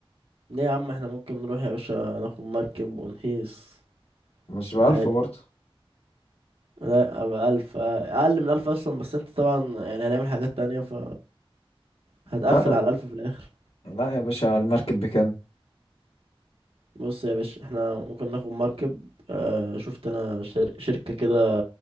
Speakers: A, on the right; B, on the left.
A: ليه يا عم احنا ممكن نروح يا باشا ناخد مركب ونهيس
B: مش بألف
A: عادي
B: برضه
A: لا أبقى ألف آه، أقل من ألف أصلا بس انت طبعا يعني هنعمل حاجات تانية ف هتقفل
B: لا
A: على الألف في الآخر
B: لا يا باشا المركب بكام
A: بص يا باشا احنا ممكن ناخد مركب آه، شفت انا شر- شركة كده